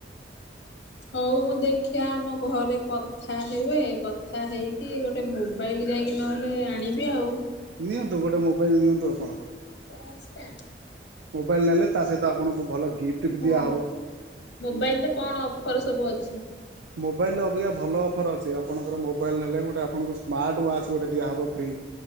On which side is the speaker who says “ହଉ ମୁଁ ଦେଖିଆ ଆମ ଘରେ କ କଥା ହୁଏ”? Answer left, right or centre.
Left